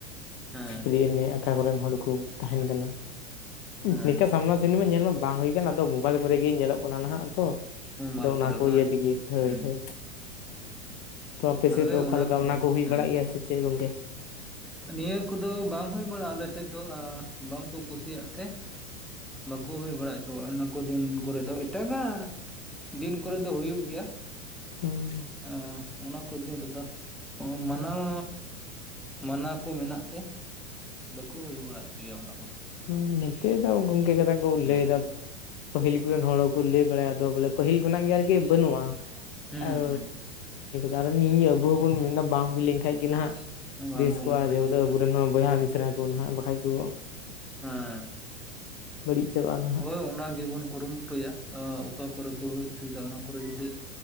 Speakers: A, in the centre; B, on the left.
A: ᱦᱮᱸ
B: ᱪᱷᱟᱯᱨᱤ ᱮᱱᱮᱡ ᱟᱠᱟ ᱠᱚᱨᱮᱱ ᱦᱚᱲ ᱠᱚ ᱛᱟᱦᱮᱱ ᱠᱟᱱᱟ
A: ᱦᱮᱸ
B: ᱪᱮᱜᱠᱟ ᱥᱟᱢᱱᱟ ᱥᱟᱢᱱᱤ ᱢᱟ ᱧᱮᱞ ᱢᱟ ᱵᱟᱝ ᱦᱳᱭ ᱠᱟᱱᱟ ᱟᱫᱚ ᱢᱳᱵᱟᱞ ᱠᱚᱨᱮᱜ ᱜᱮ ᱧᱮᱞᱚᱜ ᱠᱟᱱᱟ ᱱᱟᱦᱟᱜ ᱛᱷᱚ
A: ᱢᱳᱵᱟᱭᱤᱞ
B: ᱟᱫᱚ ᱚᱱᱟ
A: ᱠᱚᱨᱮ
B: ᱠᱚ
A: ᱵᱟᱝ
B: ᱤᱭᱟᱹ ᱛᱮᱜᱮ ᱦᱳᱭ
A: ᱦᱮᱸ
B: ᱦᱳᱭ ᱛᱚ ᱟᱯᱮ
A: ᱦᱳᱭ
B: ᱥᱮᱫ ᱫᱚ ᱚᱠᱟ ᱞᱮᱠᱟ
A: ᱠᱚᱫᱚ
B: ᱚᱱᱟ ᱠᱚ ᱦᱩᱭ
A: ᱦᱮᱸ
B: ᱵᱟᱲᱟᱜ ᱜᱮᱭᱟ ᱥᱮ ᱪᱮᱫ ᱜᱚᱝᱠᱮ?
A: ᱱᱤᱭᱟᱹ ᱠᱚᱫᱚ ᱵᱟᱝ ᱦᱩᱭ ᱵᱟᱲᱟᱜᱼᱟ ᱟᱞᱮ ᱥᱮᱫ ᱫᱚ ᱵᱟᱝ ᱠᱚ ᱠᱩᱥᱤᱭᱟᱜ ᱛᱮ, ᱵᱟᱠᱚ ᱦᱩᱭ ᱵᱟᱲᱟ ᱦᱚᱪᱚᱣᱼᱟ ᱚᱱᱟ ᱠᱚ ᱫᱤᱱ ᱠᱚᱨᱮᱫ ᱫᱚ, ᱮᱴᱟᱜᱟᱜ ᱫᱤᱱ ᱠᱚᱨᱮᱫᱚ ᱦᱩᱭᱩᱜ ᱜᱮᱭᱟ ᱾
B: ᱦᱩᱸ᱾
A: ᱟᱸ ᱚᱱᱟ ᱠᱚ ᱫᱤᱱ ᱨᱮᱫᱚ ᱢᱟᱱᱟᱣ ᱢᱟᱱᱟ ᱠᱚ ᱢᱮᱱᱟᱜ ᱛᱮ ᱵᱟᱠᱚ ᱦᱩᱭ ᱵᱟᱲᱟ ᱩᱪᱩᱭᱟ ᱚᱱᱟ ᱠᱚᱫᱚ ᱾
B: ᱦᱢ ᱱᱤᱛᱚᱜ ᱫᱚ ᱜᱚᱝᱠᱮ ᱠᱟᱛᱷᱟ ᱠᱚ ᱞᱟᱹᱭᱮᱫᱟ
A: ᱫᱚ
B: ᱯᱟᱹᱦᱤᱞ ᱠᱚᱨᱮᱱ ᱦᱚᱲ ᱦᱚᱸᱠᱚ ᱞᱟᱹᱭ ᱵᱟᱲᱟᱭᱟ ᱟᱫᱚ ᱵᱚᱞᱮ ᱯᱟᱹᱦᱤᱞ ᱠᱷᱚᱱᱟᱜ ᱜᱮ ᱟᱨᱠᱤ ᱵᱟᱹᱱᱩᱜᱼᱟ
A: ᱦᱩᱸ
B: ᱟᱨ
A: ᱦᱩᱸ
B: ᱠᱟᱨᱚᱱ ᱱᱤᱭᱟᱹ ᱟᱵᱚ ᱦᱚᱸᱵᱚᱱ ᱢᱮᱱᱫᱟ ᱵᱟᱝ ᱦᱩᱭ ᱞᱮᱱᱠᱷᱟᱡ ᱜᱮ ᱱᱟᱦᱟᱜ
A: ᱵᱟᱝ
B: ᱵᱮᱥ
A: ᱦᱩᱭ
B: ᱠᱚᱜᱼᱟ
A: ᱞᱮᱱᱠᱷᱟᱡ
B: ᱡᱮᱦᱮᱛᱩ
A: ᱜᱮ ᱢᱚᱡᱽ
B: ᱟᱵᱚᱨᱮᱱ ᱦᱚᱸ ᱵᱚᱭᱦᱟ ᱢᱤᱥᱨᱟ ᱠᱚ ᱱᱟᱦᱟᱜ ᱵᱟᱠᱷᱟᱡ ᱠᱚ
A: ᱦᱮᱸ ᱾
B: ᱵᱟᱹᱲᱤᱡ ᱪᱟᱵᱟᱜᱼᱟ ᱱᱟᱜ ᱾
A: ᱛᱚ ᱚᱱᱟ ᱜᱮᱵᱚᱱ ᱠᱩᱨᱩᱢᱩᱴᱩᱭᱟ, ᱟ ᱚᱠᱟ ᱠᱚᱨᱮ ᱠᱚ ᱦᱩᱭ ᱦᱚᱪᱚᱭᱮᱫᱟ ᱚᱱᱟ ᱠᱚᱨᱮ ᱡᱩᱫᱤ